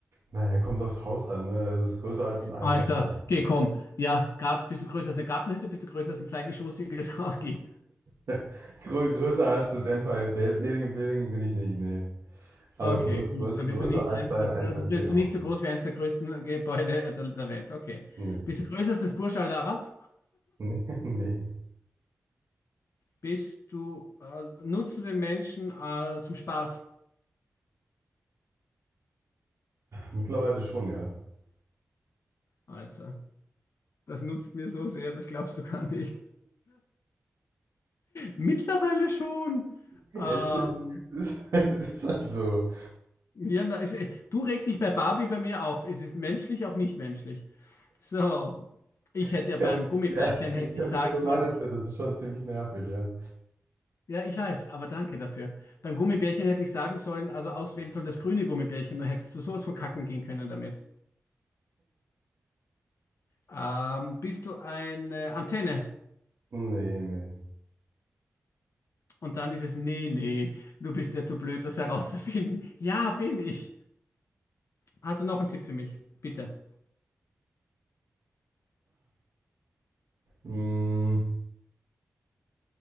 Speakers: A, on the right; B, on the left.
A: Naja, kommt aufs Haus an, ne? Es ist größer als ein Einfamilienhaus.
B: Alter, geh, komm. Ja, Gart, bist du größer als eine Gartenhütte? Bist du größer als ein zweigeschossiges <laughs> Haus? Geh.
A: <laughs> Grö größer als das Empire State Building, Building bin ich nicht, nee. Aber
B: Okay,
A: grö
B: gut.
A: größer,
B: Dann
A: größer
B: bist du nicht
A: als
B: eins
A: dein
B: der,
A: Einfamilienhaus.
B: äh, bist du nicht so groß wie eins der größten äh, Gebäude äh, der, der Welt. Okay.
A: Nee.
B: Bist du größer als das Burj Al Arab?
A: Nee, <laughs> nee.
B: Bist du, äh, nutzt du den Menschen äh, zum Spaß?
A: Mittlerweile schon, ja. <laughs>
B: Alter, das nutzt mir so sehr, das glaubst du gar nicht. Mittlerweile schon.
A: Ja,
B: Ähm,
A: Es, es ist, <laughs> es ist halt so.
B: Ja, na, es- äh, du regst dich bei Barbie bei mir auf. Es ist menschlich, auch nicht menschlich. So, ich hätte
A: <laughs>
B: ja beim
A: Ja,
B: Gummibärchen
A: ja,
B: hätte
A: ich kann
B: ich sagen
A: das schon
B: sollen,
A: nachempfinden. Das ist schon ziemlich nervig, ja.
B: ja, ich weiß, aber danke dafür. Beim Gummibärchen hätte ich sagen sollen, also auswählen sollen das grüne Gummibärchen, dann hättest du sowas von kacken gehen können damit. Ähm, bist du eine Antenne?
A: Nee, nee.
B: Und dann dieses, nee, nee, du bist ja zu blöd, das herauszufinden. <laughs> Ja, bin ich. Hast du noch einen Tipp für mich? Bitte.
A: Mm,